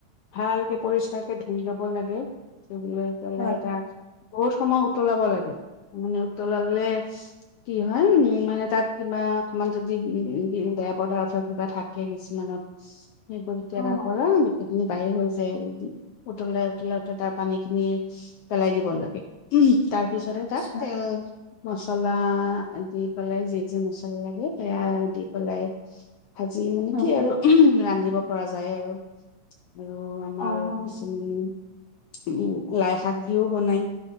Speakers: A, on the left; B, on the left.
A: ভালকে পৰিষ্কাৰকে ধুই লব লাগে। লৈ পেলাই
B: হয়।
A: তাক বহুত সময় উতলাব লাগে মানে উতলালে কি হয় উম মানে তাত কিবা অকমান যদি বেয়া পদাৰ্থ কিবা থাকে কিছুমানত, সেই পৰি কেৰাৰ
B: অ',
A: পৰা <unintelligible> বাহিৰ হৈ যায় উতলাই-উতলাই উতে তাৰ পানী খিনি পেলাই দিব লাগে তাৰ পিছতহে
B: আচ্ছা।
A: তাত তেল মছলা, দি পেলাই যি-যি মছলা লাগে সেয়া দি, পেলাই <inaudible> ভাজি
B: হয়,
A: কি আৰু ৰান্ধি দিব পৰা যায় আৰু, আৰু আমাৰ
B: অ',
A: কিছুমান উ' লাই শাক দিও বনাই।